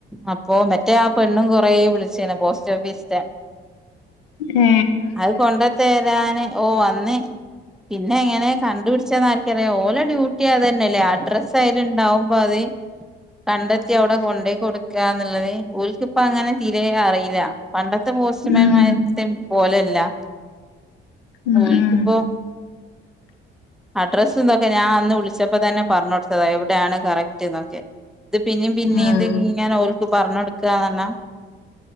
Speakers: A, in the centre; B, on the left (about 75°).
A: അപ്പൊ മറ്റേ ആഹ് പെണ്ണും കൊറേ വിളിച്ചേന് പോസ്റ്റ് ഓഫീസിത്തെ
B: ഏ
A: അത് കൊണ്ട് തരാന് ഓഹ് വന്ന് പിന്നെ എങ്ങനെ കണ്ടുപിടിച്ചേന്ന് ആരിക്കറിയാം ഓല ഡ്യൂട്ടി അത് തന്നെല്ലേ അഡ്രസ്സ് അയ്ലുണ്ടാവും പതി കണ്ടെത്തി അവിടെ കൊണ്ടോയ് കൊടുക്കാന്നുള്ളത് ഓൽക്കിപ്പങ്ങനെ തിരെ അറിയില്ല പണ്ടത്തെ പോസ്റ്റ്‌മാൻ
B: ഉം
A: മാരത്തെ പോലല്ല
B: ഉം
A: ഓല്ക്കിപ്പോ
B: ഉം
A: അഡ്രസ്സും ഇതൊക്കെ ഞാൻ അന്ന് വിളിച്ചപ്പോ തന്നെ പറഞ്ഞ് കൊടുത്തതാ എവിടെയാണ് കറക്റ്റ് എന്നൊക്കെ ഇത് പിന്നേം പിന്നേം
B: ഉം
A: ഇത് ഇങ്ങന ഓൽക്ക് പറഞ്ഞ് കൊടുക്കാന്ന് പറഞ്ഞാ